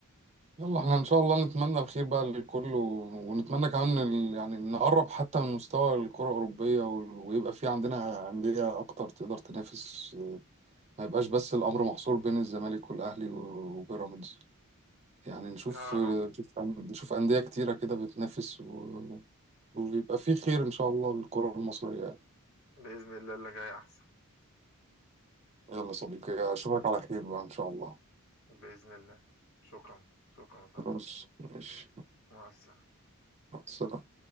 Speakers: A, on the right (about 30°); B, on the left (about 65°).
A: يلا احنا ان شاء الله نتمنى الخير بقى للكل و- ونتمنى كمان ال- يعني نقرب حتى من مستوى الكرة الأوروبية وال- ويبقى في عندنا أندية أكتر تقدر تنافس اه، ما يبقاش بس الأمر محصور بين الزمالك والأهلي و- وبيراميدز يعني نشوف
B: يا
A: اه،
B: رب
A: نشوف أن- نشوف أندية كتيرة كده بتنافس و- ويبقى في خير إن شاء الله للكرة المصرية يعني
B: بإذن الله اللي جاي أحسن
A: يلا صديقي أشوفك على خير بقى إن شاء الله
B: بإذن الله شكرا شكرا يا صاحبي
A: ماشي ماشي
B: مع السلامة
A: مع السلامة